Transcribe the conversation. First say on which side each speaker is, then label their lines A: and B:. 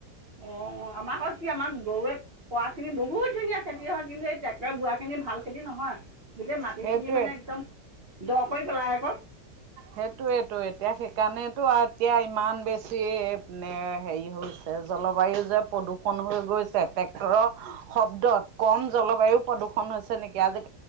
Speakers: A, on the right; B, on the right.
A: অ আমাৰ কি আমাৰ গৰুৱে, খোৱা খিনি বহুত ধুনীয়া খেতি হয়। কিন্তু এই ট্ৰেক্টৰ বুঢ়া খিনি ভাল খেতি নহয় গোটেই মাটিখিনি
B: সেইটোৱে
A: মানে একদম দ কৰি পেলাই আকৌ-
B: সেইটোয়েতটো এতিয়া সেইকাৰণেতো এতিয়া ইমান বেছি এ হেৰি হৈছে। জলবায়ু, যে প্ৰদূষণ হৈ গৈছে ট্ৰেক্টৰৰ- শব্দত কম জলবায়ু প্ৰদূষণ হৈছে নেকি। আজি-